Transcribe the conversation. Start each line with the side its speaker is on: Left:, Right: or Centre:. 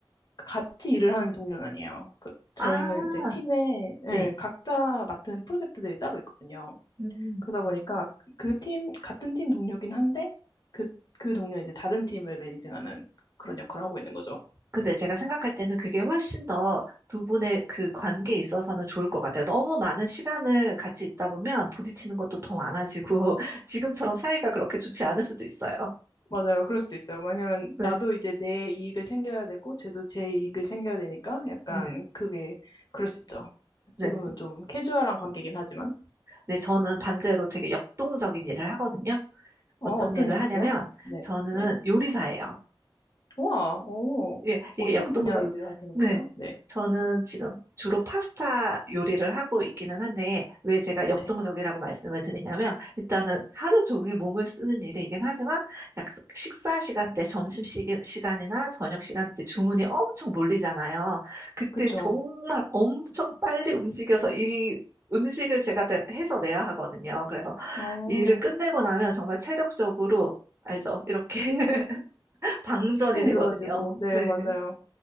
Left: 같이 일을 하는 동료는 아니에요. 그- 저희는
Right: 아,
Left: 이제 팀에
Right: 네.
Left: 예, 각자 맡은 프로젝트들이 따로 있거든요.
Right: 음.
Left: 그러다 보니까 그 팀, 같은 팀 동료긴 한데, 그, 그 동료 이제 다른 팀을 매니징하는 그런 역할을 하고 있는 거죠.
Right: 근데 제가 생각할 때는 그게 훨씬 더 두 분의 그 관계에 있어서는 좋을 것 같아요. 너무 많은 시간을 같이 있다 보면 부딪히는 것도 더 많아지고 <laughs> 지금처럼 사이가 그렇게 좋지 않을 수도 있어요.
Left: 맞아요. 그럴 수도 있어요. 왜냐면
Right: 네.
Left: 나도 이제 내 이익을 챙겨야 되고, 쟤도 제 이익을 챙겨야 되니까 약간
Right: 네.
Left: 그게 그럴 수 있죠.
Right: 네.
Left: 지금은 좀 캐주얼한 관계긴 하지만.
Right: 네, 저는 반대로 되게 역동적인 일을 하거든요.
Left: 어,
Right: 어떤
Left: 어떤
Right: 일을
Left: 일 하세요?
Right: 하냐면
Left: 네,
Right: 저는
Left: 네.
Right: 요리사예요.
Left: 우와, 어,
Right: 예, 이게
Left: 어떤
Right: 역동적,
Left: 분야 요리를 하시는
Right: 네.
Left: 거예요? 네,
Right: 저는 지금 주로 파스타 요리를 하고 있기는 한데, 왜 제가
Left: 네.
Right: 역동적이라고 말씀을 드리냐면, 일단은 하루 종일 몸을 쓰는 일이긴 하지만, 약 식사 시간대, 점심 시, 시간이나 저녁 시간대 주문이 엄청 몰리잖아요. 그때
Left: 그쵸.
Right: 정말 엄청 빨리 움직여서 이 음식을 제가 다 해서 내야 하거든요. 그래서
Left: 어,
Right: 일을 끝내고 나면 정말 체력적으로, 알죠? 이렇게 <laughs> 방전이
Left: 축
Right: 되거든요.
Left: 늘어지고, 네,
Right: 네.
Left: 맞아요.